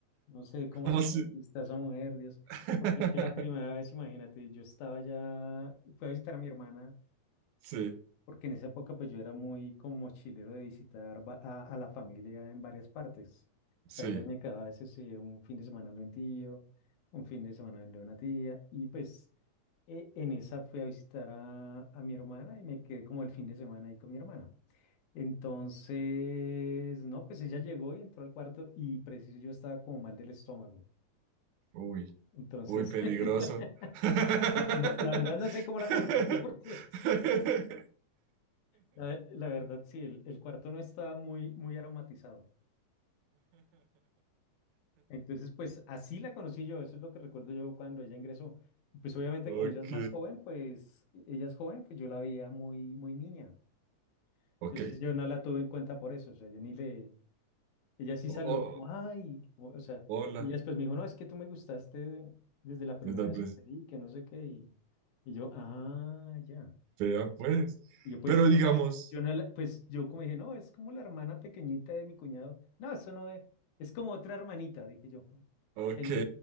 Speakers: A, on the left (about 80°); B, on the right (about 85°).
A: no sé cómo
B: ¿Cómo
A: se
B: si-
A: conquista esa mujer, Dios.
B: <laughs>
A: Porque es que la primera vez, imagínate, yo estaba ya, fui a visitar a mi hermana
B: Sí,
A: porque en esa época pues yo era muy como mochilero de visitar va- a, a la familia en varias partes.
B: sí.
A: O sea, iba y me quedaba a veces eh, un fin de semana de un tío, un fin de semana de una tía, y pues eh, en esa fui a visitar a, a mi hermana y me quedé como el fin de semana ahí con mi hermana. Entonces, no, pues ella llegó y entró al cuarto y preciso yo estaba como mal del estómago.
B: Uy,
A: Entonces,
B: uy, peligroso.
A: <laughs>
B: <laughs>
A: no, no, la verdad no sé cómo la conquisté porque La, ve- la verdad, sí, el, el cuarto no estaba muy, muy aromatizado. Entonces, pues así la conocí yo, eso es lo que recuerdo yo cuando ella ingresó. Pues obviamente
B: Ok,
A: como ella es más joven, pues ella es joven, pues yo la veía muy, muy niña.
B: ok.
A: Entonces yo no la tuve en cuenta por eso, o sea, yo ni le, ella sí saludó
B: O- o-
A: como, ay, como- o sea,
B: hola,
A: y ella después me dijo, no, es que tú me gustaste desde la primera
B: desde el
A: vez
B: pres-
A: que te vi, que no sé qué, y, y yo, ah, ya.
B: Vea pues.
A: Y Yo pues
B: Pero
A: no
B: digamos,
A: la, yo no la, pues yo como dije, no, es como la hermana pequeñita de mi cuñado. No, eso no es, es como otra hermanita, dije yo.
B: ok.
A: Fue mi,